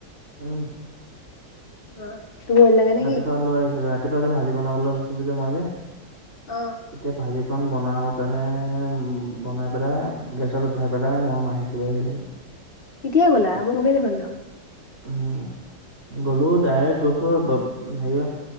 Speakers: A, on the right; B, on the left.
A: ওম
B: অ তুমি আনিলাগে নেকি?
A: ৰাতিপুৱা লৈ আহিছো ৰাতিপুৱা যে ভাজি বনাবলৈ লৈছিলো যে মই যে
B: অ
A: তেতিয়া ভাজিখনন বনাওতেনে বনাই পেলাই গেছত উঠাই পেলাই মই মাহীক লৈ আহিলো।
B: কেতিয়াই গ'লা মই গমেই নাপালো।
A: উম গলো ডাইৰেক্ট গৈছো হেৰিয়া